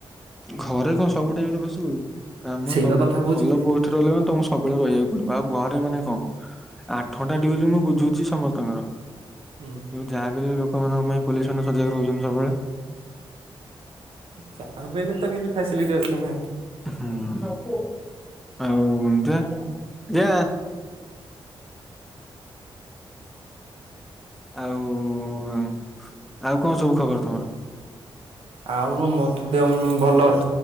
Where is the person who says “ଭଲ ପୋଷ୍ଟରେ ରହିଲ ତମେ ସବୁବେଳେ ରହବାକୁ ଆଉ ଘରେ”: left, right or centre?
Centre